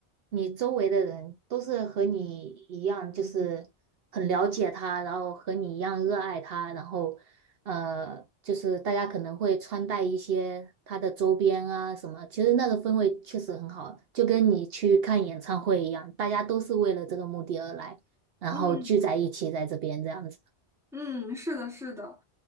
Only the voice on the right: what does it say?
你周围的人都是和你一样，就是很了解它，然后和你一样热爱它，然后呃，就是大家可能会穿戴一些它的周边啊什么，其实那个氛围确实很好，就跟你去看演唱会一样，大家都是为了这个目的而来。然后聚在一起在这边这样子。